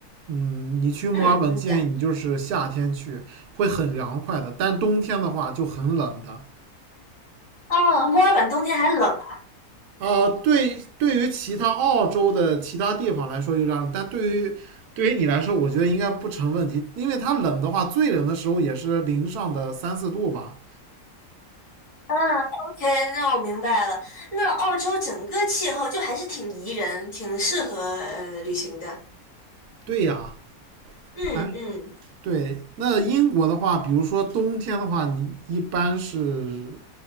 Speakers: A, on the right; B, on the left.
A: 嗯，你去墨尔本建议你就是夏天去，
B: 嗯，你讲。
A: 会很凉快的。但冬天的话就很冷的。
B: 哦，墨尔本冬天还冷啊。
A: 呃，对，对于其他澳洲的其他地方来说有点冷，但对于对于你来说，我觉得应该不成问题，因为它冷的话，最冷的时候也是零上的三四度吧。
B: 嗯，OK，那我明白了。那澳洲整个气候就还是挺宜人，挺适合呃旅行的。
A: 对呀，
B: 嗯嗯，
A: 哎，对。那英国的话，比如说冬天的话，你一般是